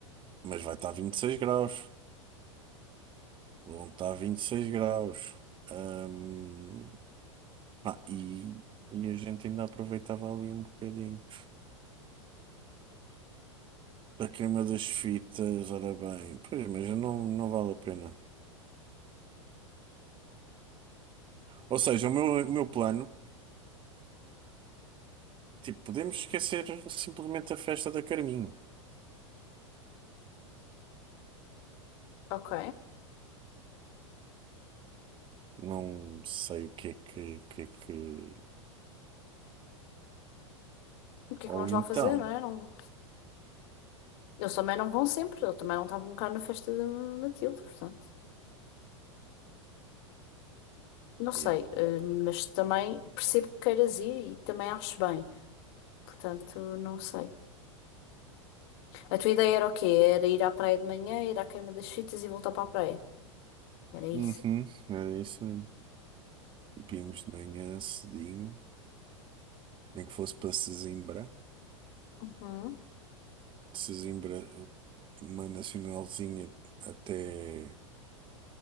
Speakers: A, on the right; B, on the left.
A: mas vai estar 26 graus. Vão estar 26 graus. Ahm, pá, e, e a gente ainda aproveitava ali um bocadinho da queima das fitas, ora bem. Pois, mas não, não vale a pena. Ou seja, o meu, o meu plano, tipo, podemos esquecer simplesmente a festa da Carminho.
B: Ok.
A: Não sei o que é que, o que é que...
B: O que é que
A: Ou
B: vamos
A: então...
B: lá fazer, não é? Não... Eles também não vão sempre. Eu também não estava um bocado na festa de- daquilo, portanto. Não sei,
A: Yeah.
B: eh, mas também percebo que queiras ir e também acho bem. Portanto, não sei. A tua ideia era o quê? Era ir à praia de manhã, ir à queima das fitas e voltar para a praia. Era isso.
A: Uhum, era isso mesmo. E vimos de manhã cedinho, nem que fosse para Sesimbra.
B: Uhum.
A: de Sesimbra, uma nacionalzinha até